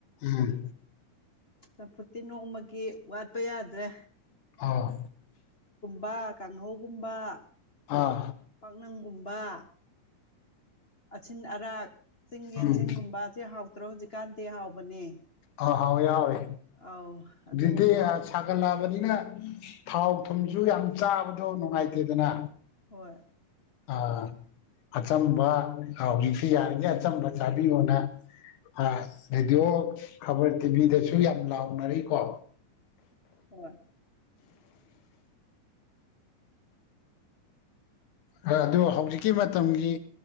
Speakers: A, on the left; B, on the left.
A: ꯎꯝ
B: ꯆꯝꯐꯨꯠꯇꯤ ꯅꯣꯡꯃꯒꯤ ꯋꯥꯠꯄ ꯌꯥꯗ꯭ꯔꯦ
A: ꯑꯥ
B: ꯕ ꯀꯥꯡꯍꯧꯒꯨꯝꯕ
A: ꯑꯥ
B: ꯄꯥꯛꯅꯝꯒꯨꯝ ꯕ ꯑꯁꯤꯟ ꯑꯔꯥꯛ ꯆꯤꯡ ꯌꯦꯟꯁꯤꯟꯒꯨꯝꯕ
A: ꯎꯝ
B: ꯖꯦ ꯍꯥꯎꯇ꯭ꯔꯣ ꯍꯧꯖꯤꯛ ꯀꯥꯟꯗꯦ ꯍꯥꯎꯕꯅꯦ
A: ꯑꯥ ꯍꯥꯎꯋꯦ ꯍꯥꯎꯋꯦ
B: ꯑꯧ ꯑꯗꯨꯒꯨꯝꯕ
A: ꯍꯧꯖꯤꯛꯇꯤ ꯁꯥꯒꯠꯂꯛꯑꯕꯅꯤꯅ ꯊꯥꯎ ꯊꯨꯝꯁꯨ ꯌꯥꯝ ꯆꯥꯕꯗꯣ ꯅꯨꯡꯉꯥꯏꯇꯦꯗꯅ
B: ꯍꯣꯏ
A: ꯑꯥ ꯑꯆꯝꯕ ꯍꯧꯖꯤꯛꯇꯤ ꯌꯥꯔꯤꯉꯩ ꯑꯆꯝꯕ ꯆꯥꯕꯤꯌꯣꯅ ꯑꯥ ꯔꯦꯗꯤꯑꯣ ꯈꯕꯔ ꯇꯤꯚꯤꯗꯁꯨ ꯌꯥꯝ ꯂꯥꯎꯅꯔꯤꯀꯣ
B: ꯍꯣꯏ
A: ꯑꯥ ꯑꯗꯣ ꯍꯧꯖꯤꯛꯀꯤ ꯃꯇꯝꯒꯤ